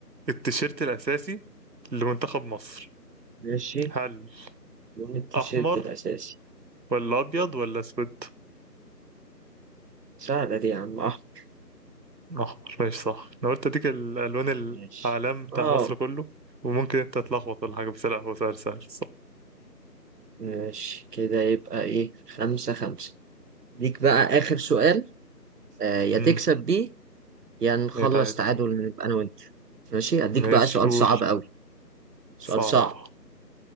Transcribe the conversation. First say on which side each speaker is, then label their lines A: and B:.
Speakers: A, on the right (about 80°); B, on the right (about 65°).
A: التيشيرت الأساسي لمنتخب مصر
B: ماشي
A: هل
B: لون التيشيرت
A: أحمر
B: الأساسي
A: ولا أبيض ولا أسود؟
B: سهلة دي يا عم أحمد
A: أحمر ماشي صح أنا قلت أديك الألوان
B: ماشي
A: الأعلام بتاع
B: آه
A: مصر كله وممكن أنت تتلخبط ولا حاجة بس لا هو سؤال سهل صح
B: ماشي كده يبقى إيه خمسة خمسة ليك بقى آخر سؤال آه، يا
A: امم
B: تكسب بيه يا نخلص
A: بقيت عادي
B: تعادل نبقى انا وانت ماشي اديك
A: ماشي
B: بقى سؤال
A: قول
B: صعب قوي سؤال
A: صعبة
B: صعب